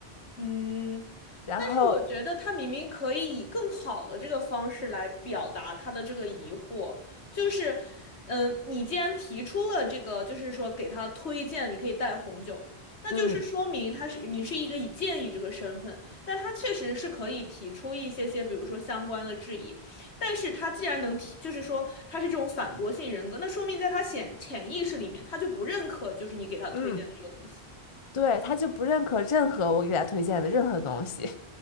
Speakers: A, on the left; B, on the left.
A: 嗯，
B: 然后
A: 但是我觉得他明明可以以更好的这个方式来表达他的这个疑惑，就是，嗯、你既然提出了这个，就是说给他推荐你可以带红酒，那就是说明他是你是一个以建议这个身份，
B: 嗯
A: 那他确实是可以提出一些些，比如说相关的质疑，但是他既然能提，就是说他是这种反驳性人格，那说明在他潜潜意识里面他就不认可，就是你给他推荐的这个东西。
B: 嗯。对，他就不认可任何我给他推荐的任何东西，